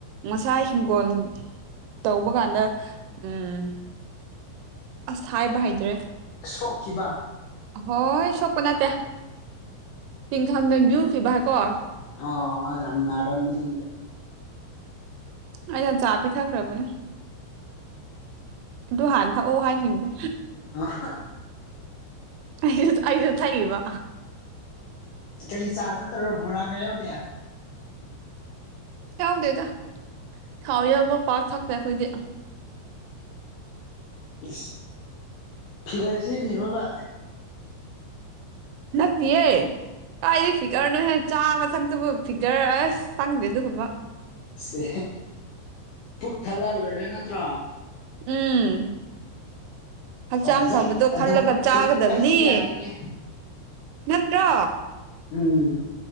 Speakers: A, on the right; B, on the left.
A: ꯉꯁꯥꯏ ꯍꯤꯡꯒꯣꯜ ꯇꯧꯕ ꯀꯥꯟꯗ ꯎꯝ ꯑꯁ ꯍꯥꯏꯕ ꯍꯩꯇ꯭ꯔꯦ
B: ꯁꯣꯛꯈꯤꯕ
A: ꯍꯣꯏ ꯁꯣꯛꯄ ꯅꯠꯇꯦ ꯇꯤꯡꯈꯥꯡꯅ ꯌꯨꯈꯤꯕꯀꯣ
B: ꯑꯣ ꯌꯥꯝ ꯅꯥꯔꯝꯃꯅꯤ
A: ꯑꯩꯅ ꯆꯥ ꯄꯤꯊꯛꯈ꯭ꯔꯕꯅꯦ ꯑꯗꯨ ꯍꯥꯟꯅ ꯊꯛꯑꯣ ꯍꯥꯏꯈꯤꯕꯅꯦ
B: ꯑꯍꯥ
A: ꯑꯩꯁꯨ ꯑꯩꯁꯨ ꯊꯛꯏꯕ
B: ꯀꯔꯤ ꯆꯥ ꯈꯛꯇꯔꯣ ꯕꯣꯔꯥꯒ ꯌꯥꯎꯗꯦ
A: ꯌꯥꯎꯗꯦꯗ ꯊꯥꯎ ꯌꯥꯎꯕ ꯄꯥꯛ ꯊꯥꯛꯇꯦ ꯑꯩꯈꯣꯏꯗꯤ
B: ꯁ꯭ꯢꯁ ꯐꯤꯒꯔ ꯁꯦꯝꯃꯤꯔꯣꯕ
A: ꯅꯠꯇꯤꯌꯦ ꯀꯥꯏꯗꯩ ꯐꯤꯀꯔꯅꯣ ꯍꯦ ꯆꯥꯛꯒ ꯊꯛꯇꯕ ꯐꯤꯒꯔ ꯑꯁ ꯆꯪꯗꯦ ꯑꯗꯨꯒꯨꯝꯕ
B: ꯁꯦ ꯄꯨꯛ ꯊꯜꯂ ꯂꯣꯏꯔꯦ ꯅꯠꯇ꯭ꯔꯣ
A: ꯎꯝ ꯍꯛꯆꯥꯡ
B: ꯐꯖꯩ
A: ꯐꯕꯗꯣ
B: ꯑꯗꯨꯃꯛꯇꯤ
A: ꯈꯜꯂꯒ ꯆꯥꯒꯗꯕꯅꯤ
B: ꯑꯩꯁꯨ ꯌꯥꯅꯤꯡꯉꯦ
A: ꯅꯠꯇ꯭ꯔꯣ
B: ꯎꯝ